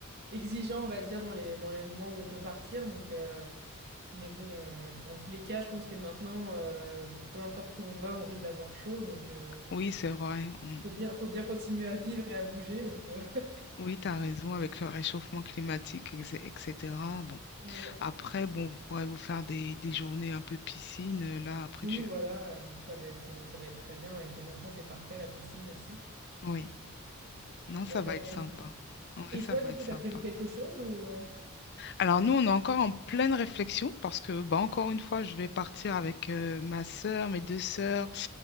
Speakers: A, on the right; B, on the left.
A: exigeant, on va dire, dans les, dans les moments où on peut partir. Donc, euh, Mais bon, euh, dans tous les cas, je pense que maintenant, euh, peu importe où on va, on risque d'avoir chaud. Donc, euh,
B: oui, c'est vrai. Mm.
A: faut bien, faut bien continuer à vivre et à bouger. Donc, euh,
B: Oui, tu as raison avec le réchauffement climatique, ex- etc. Bon,
A: <laughs> ouais.
B: après, bon, vous pourrez vous faire des, des journées un peu piscine. euh, Là, après,
A: Oui,
B: tu...
A: voilà, euh, ça va être, euh, ça va être très bien. Avec les enfants, c'est parfait, la piscine aussi.
B: Oui,
A: Donc, il
B: non, ça
A: n'y a pas
B: va
A: de
B: être
A: raison.
B: sympa. Oui,
A: Et
B: ça
A: toi,
B: va
A: du
B: être
A: coup,
B: sympa.
A: t'as prévu quelque chose ou euh,
B: Alors nous, on est encore en pleine réflexion parce que, bah, encore une fois, je vais partir avec euh, ma sœur, mes deux sœurs,